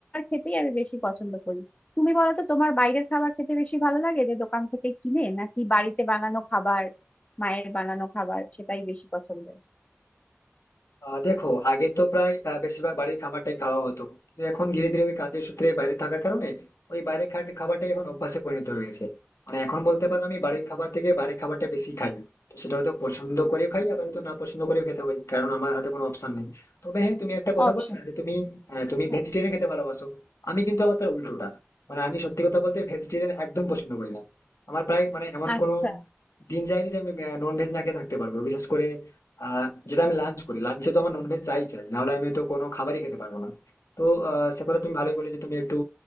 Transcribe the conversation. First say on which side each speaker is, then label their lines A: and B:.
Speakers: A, on the left; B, on the left.
A: খেতেই আমি বেশি পছন্দ করি তুমি বলো তো তোমার বাইরের খাবার খেতে বেশি ভালো লাগে যে দোকান থেকে কিনে নাকি বাড়িতে বানানো খাবার মায়ের বানানো খাবার সেটাই বেশি পছন্দের
B: আহ দেখো আগে তো প্রায় আহ, বেশিরভাগ বাড়ির খাবারটাই খাওয়া হতো তো এখন ধীরে ধীরে ওই কাজের সূত্রে
A: আচ্ছা,
B: বাইরে থাকার কারণে ওই বাইরের খা- খাবারটাই এখন অভ্যাসে পরিণত হয়ে গেছে মানে এখন বলতে পারো আমি
A: সেটাই।
B: বাড়ির খাবার থেকে বাইরের খাবারটা বেশি খাই তো সেটা হয়তো পছন্দ করেও খাই আবার হয়তো না পছন্দ করেও খেতে পারি কারণ আমার হাতে কোনো অপশন নেই তবে হ্যাঁ তুমি একটা কথা
A: অপশন
B: বলে না যে তুমি আহ, তুমি
A: হ্যাঁ
B: ভেজিটেরিয়ান খেতে ভালোবাসো আমি কিন্তু আবার তার উল্টোটা মানে আমি সত্যি কথা বলতে ভেজিটেরিয়ান একদম পছন্দ করি না আমার প্রায় মানে এমন
A: আচ্ছা
B: কোনো দিন যায়নি যে আমি নন ভেজ না খেয়ে থাকতে পারবো বিশেষ করে আহ যেটা আমি লাঞ্চ করি লাঞ্চে তো আমার ননভেজ চাই চাই নাহলে আমি তো কোনো খাবারই খেতে পারবো না তো আহ, সে কথা তুমি ভালোই বলে যে তুমি একটু